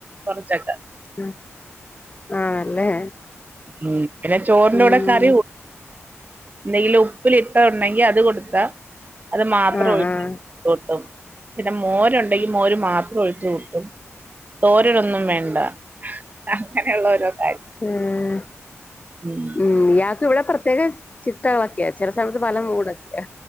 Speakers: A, on the right; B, on the left.
A: കൊറച്ചൊക്ക
B: ഉം ആണല്ലേ
A: ഉം പിന്നെ ചോറിന്റെ
B: ഉം
A: കുടെ കറി കൂ നെയ്യിലുപ്പിലിട്ട ഒണ്ടെങ്കി അത് കൊടുത്താ അത് മാത്രോ
B: ആഹ്
A: ഒഴിച്ചു
B: ആഹ്
A: കൂട്ടും പിന്നെ മോരുണ്ടെങ്കി മോര് മാത്രം ഒഴിച്ചു കൂട്ടും തോരനൊന്നും വേണ്ട അങ്ങനെയുള്ള ഓരോ കാര്യം
B: ഉം
A: ഉം
B: ഉം ഇയാക്കിവ്ടെ പ്രത്യേക ചി മുട്ടകളൊക്കെയാ ചെല സമയത്ത് പല മൂടൊക്കെയ